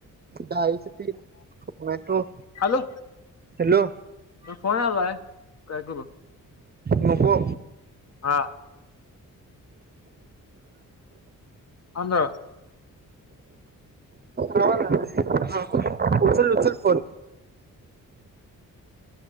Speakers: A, on the right; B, on the left.
A: डाळीचे पीठ टोमॅटो
B: हॅलो
A: हॅलो
B: फोन आलाय काय करू
A: महाा
B: हां आता
A: हवा ना उचल उचल फोन